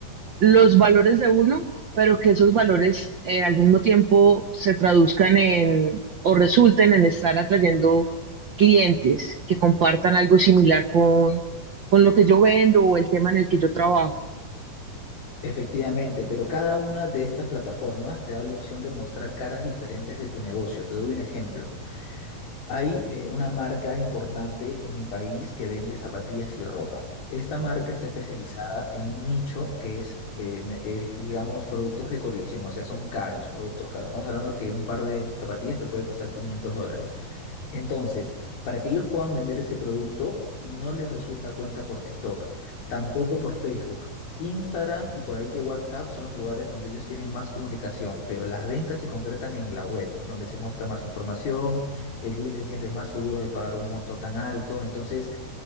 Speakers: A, on the right; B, on the left.
A: los valores de uno, pero que esos valores eh, al mismo tiempo se traduzcan en o resulten en estar atrayendo clientes que compartan algo similar con, con lo que yo vendo o el tema en el que yo trabajo.
B: Efectivamente, pero cada una de estas plataformas te da la opción de mostrar caras diferentes de tu negocio. Te doy un ejemplo. Hay eh, una marca importante en mi país que vende zapatillas y ropa. Esta marca está especializada en un nicho que es, eh, me- es, digamos, productos de colección, o sea, son caros, productos caros. Estamos hablando que un par de zapatillas se puede costar 500 dólares. Entonces, para que ellos puedan vender ese producto, no les resulta cuenta por TikTok, tampoco por Facebook. Instagram y por ahí que WhatsApp son los lugares donde ellos tienen más comunicación, pero las ventas se concretan en la web, donde se muestra más información, el cliente se siente más seguro de pagar un monto tan alto. Entonces,